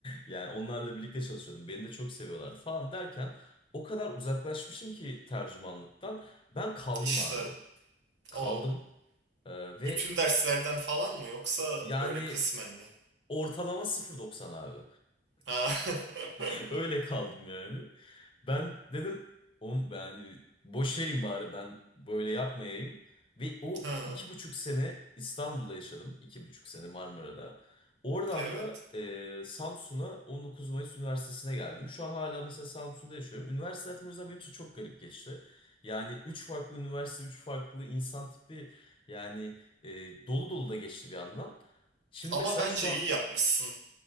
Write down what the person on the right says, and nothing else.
İşte
o.
Bütün derslerden falan mı yoksa
böyle kısmen mi?
Ha. <laughs>
Ha,
evet.
Ama
bence
iyi yapmışsın,